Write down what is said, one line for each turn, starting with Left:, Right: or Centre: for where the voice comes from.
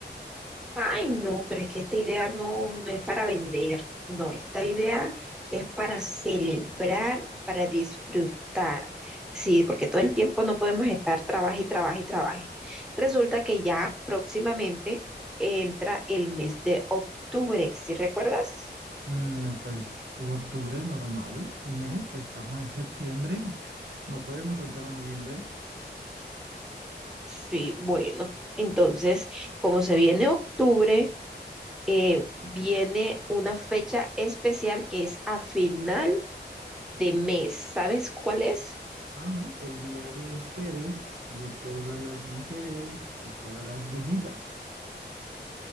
Centre: Ay, no, pero es que esta idea no, no es para vender, no, esta idea es para celebrar, para disfrutar, sí, porque todo el tiempo no podemos estar trabaje y trabaje y trabaje. Resulta que ya próximamente entra el mes de octubre, ¿sí recuerdas?
Right: Mm, pues octubre normal, un mes, pues estamos en septiembre, <laughs> no podemos saltar a noviembre.
Centre: Sí, bueno, entonces, como se viene octubre, eh, viene una fecha especial que es a final de mes, ¿sabes cuál es?
Right: Ajá, el día de ustedes, de todas las mujeres, de todas las brujitas.